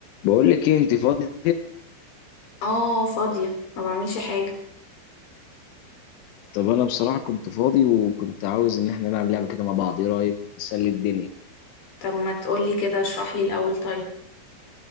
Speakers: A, on the left; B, on the left.
A: بقول لك ايه انت فاضيه
B: اه فاضية ما بعملش حاجة
A: طب انا بصراحه كنت فاضي وكنت عاوز ان احنا نلعب لعبه كده مع بعض ايه رايك نسلي الدنيا
B: طب ما تقولي كده اشرح لي الأول طيب